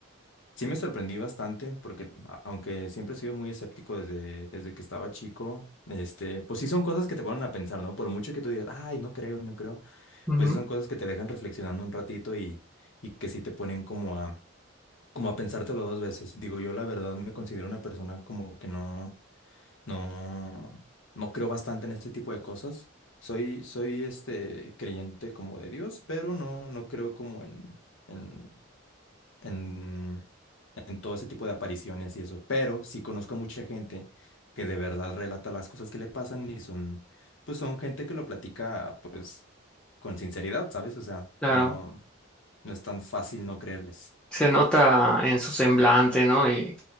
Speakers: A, on the left; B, in the centre.
A: sí me sorprendí bastante porque a- aunque siempre he sido muy escéptico desde, desde que estaba chico, este, pues sí son cosas que te ponen a pensar, ¿no? Por mucho que tú digas, ay, no creo, no creo,
B: Ujú.
A: pues son cosas que te dejan reflexionando un ratito y, y que sí te ponen como a, como a pensártelo dos veces. Digo, yo la verdad me considero una persona como que no. No, no creo bastante en este tipo de cosas. Soy, soy este creyente como de Dios, pero no, no creo como en, en, en, en todo ese tipo de apariciones y eso. Pero sí conozco a mucha gente que de verdad relata las cosas que le pasan y son, pues son gente que lo platica pues con sinceridad, ¿sabes? O sea,
B: Claro,
A: no, no es tan fácil no creerles.
B: se nota en su semblante, ¿no? Y,